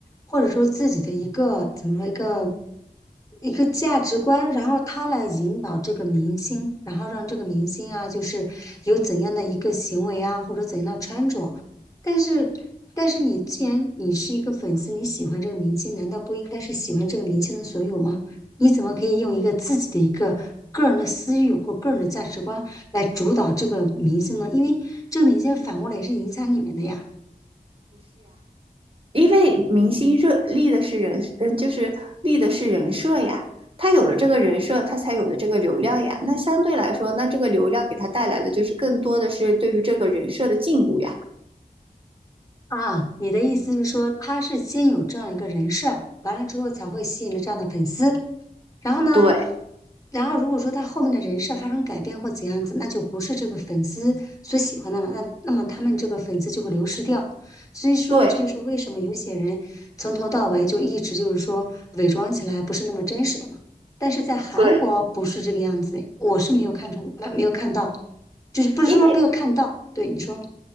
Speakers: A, on the left; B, on the right.
A: 或者说自己的一个怎么说一个一个价值观，然后他来引导这个明星，然后让这个明星啊，就是有怎样的一个行为啊，或者怎样的穿着。但是，但是你既然你是一个粉丝，你喜欢这个明星，难道不应该是喜欢这个明星的所有吗？你怎么可以用一个自己的一个个人的私欲或个人的价值观？来主导这个明星呢？因为这个明星反过来也是影响你们的呀。
B: 因为明星热立的是人，嗯，就是立的是人设呀。他有了这个人设，他才有了这个流量呀。那相对来说，那这个流量给他带来的就是更多的是对于这个人设的禁锢呀。
A: 啊，你的意思是说，他是先有这样一个人设，完了之后才会吸引了这样的粉丝，然后呢，
B: 对
A: 然后如果说他后面的人设发生改变或怎样子，那就不是这个粉丝所喜欢的了，那那么他们这个粉丝就会流失掉。所以说，
B: 对
A: 这就是为什么有些人从头到尾就一直就是说伪装起来不是那么真实的嘛。但是在韩国不是这个样子，
B: 对，
A: 我是没有看出，呃没有看到，就是不是说没有看到，
B: 因
A: 对你说。